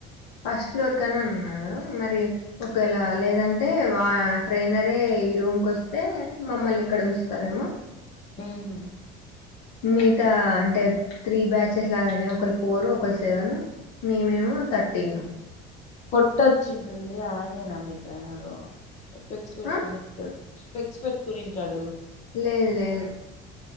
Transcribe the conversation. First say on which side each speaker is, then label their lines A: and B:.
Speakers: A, on the left; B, on the left.
A: ఫస్ట్ ఫ్లోర్ కని అన్నారు మరి ఒకవేళ లేదంటే వా ట్రైనరే ఈ రూం కొస్తే మమ్మల్ని ఇక్కడ ఉంచుతారేమో
B: ఉమ్
A: మిగతా అంటే త్రీ బ్యాచెస్ లాగానే ఒకలు ఫోర్ ఒకలు సెవెన్ మేం ఏమో థర్టీన్
B: కొట్టచ్చింటుంది ఆయనే నా మీ ట్రైనరు స్పెక్స్ పెట్టుకొని
A: ఆ
B: <unintelligible> స్పెక్స్ పెట్టుకొనింటాడు
A: లేదు లేదు